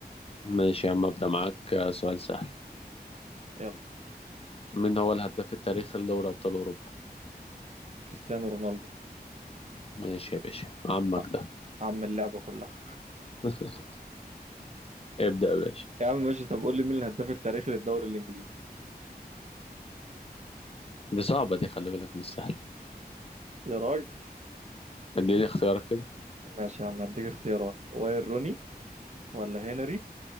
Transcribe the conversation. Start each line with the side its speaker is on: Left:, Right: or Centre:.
Left: ماشي يا عم ابدأ معاك آه، سؤال سهل
Right: يلا
Left: مين هو الهداف التاريخي لدوري ابطال اوروبا
Right: كريستيانو رونالدو
Left: ماشي يا باشا عمك
Right: ع-
Left: ده
Right: عم اللعبة كلها
Left: <laughs> ابدأ يا باشا
Right: يا عم ماشي طب قول لي مين الهداف التاريخي للدوري الإنجليزي
Left: دي صعبة دي خلي بالك مش سهلة
Right: يا راجل
Left: اديني اختيارك كده
Right: ماشي يا عم هديك اختيارات واير روني ولا هنري